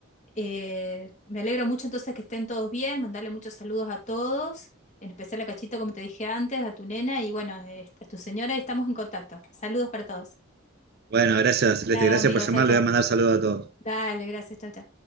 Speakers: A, on the left; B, on the right.
A: eh, me alegro mucho entonces que estén todos bien, mandarle muchos saludos a todos, en especial a Cachito, como te dije antes, a tu nena y bueno, este, a tu señora y estamos en contacto. Saludos para todos.
B: Bueno, gracias, Celeste,
A: Chao,
B: gracias
A: amigos,
B: por llamar,
A: chao, chao.
B: le voy a mandar saludos a todos.
A: Dale, gracias, chao, chao.